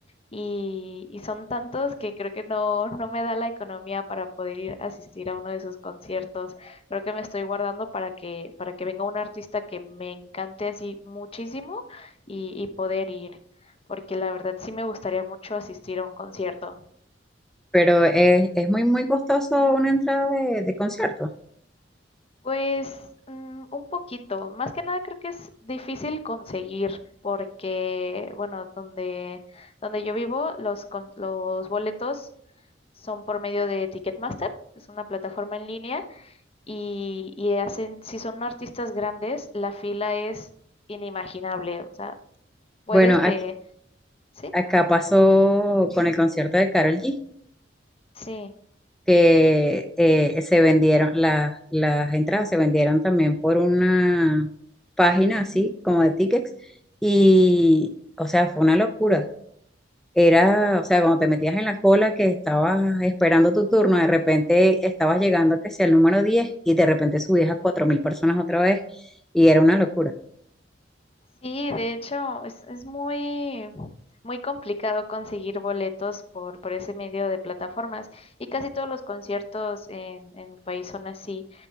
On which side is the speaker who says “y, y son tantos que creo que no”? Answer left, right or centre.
Left